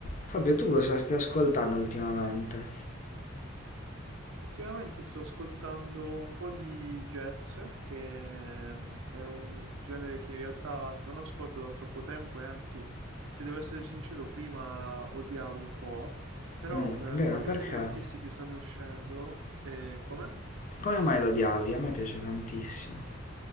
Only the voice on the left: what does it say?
Fabio, tu cosa stai ascoltando ultimamente?
Mm,
vero,
perché?
Come mai lo odiavi? A me piace tantissimo.